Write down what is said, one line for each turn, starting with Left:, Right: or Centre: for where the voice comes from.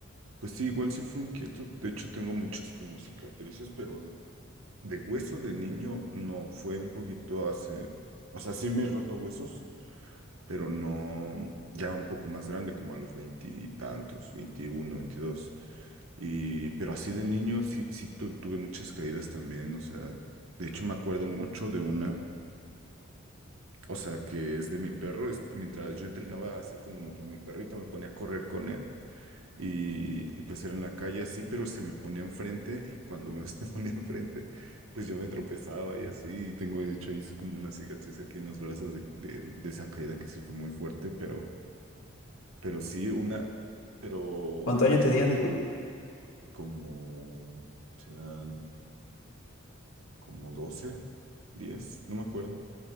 Right: pues sí, igual sí fui inquieto. De hecho, tengo muchas como cicatrices, pero de hueso de niño no. Fue un poquito hace, o sea, sí me he roto huesos, pero no, ya un poco más grande, como a los veintitantos, veintiuno, veintidós. Y, pero así de niño sí, sí tu- tuve muchas caídas también. O sea, de hecho me acuerdo mucho de una, o sea, que es de mi perro. es- mientras yo entrenaba así como con mi perrito, me ponía a correr con él. Y, y, pues era en la calle así, pero se me ponía enfrente y cuando me <laughs> se ponía enfrente, pues yo me tropezaba y así. Y tengo de hecho ahí es como una cicatriz aquí en los brazos de, de- de esa caída que sí fue muy fuerte, pero, pero sí una, pero
Left: ¿Cuántos años tenías?
Right: como serán como 12 10 no me acuerdo.